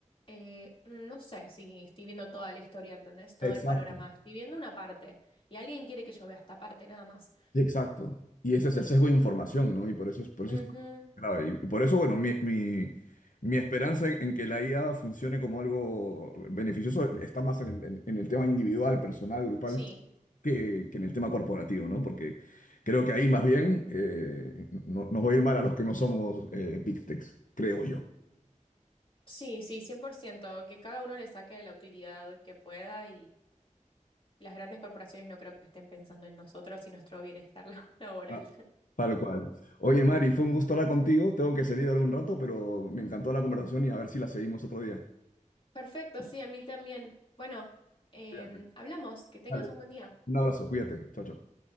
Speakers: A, on the left; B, on the left.
A: eh, mm, no sé si estoy viendo toda la historia, ¿entendés? Todo
B: Exacto,
A: el panorama. Estoy viendo una parte y alguien quiere que yo vea esta parte nada más.
B: sí, exacto. Y ese es el sesgo de información, ¿no? Y por eso es, por eso
A: Ujú,
B: Grave. Y por eso, bueno, mi, mi, mi esperanza en en que la IA funcione como algo beneficioso está más en el, en- en el tema individual, personal, grupal,
A: Sí,
B: que, que en el tema corporativo, ¿no? Porque creo que ahí más bien eh, no- nos va a ir mal a los que no somos eh, Big Techs, creo yo.
A: sí, sí, 100% que cada uno le saque la utilidad que pueda Las grandes corporaciones no creo que estén pensando en nosotros y nuestro bienestar <laughs> laboral.
B: Ah, Tal cual. Oye, Mari, fue un gusto hablar contigo. Tengo que salir ahora un rato, pero me encantó la conversación y a ver si la seguimos otro día.
A: Perfecto, sí, a mí también. Bueno, em,
B: Cuídate.
A: hablamos, que tengas
B: Vale.
A: un buen día.
B: Un abrazo, cuídate. Chao, chao.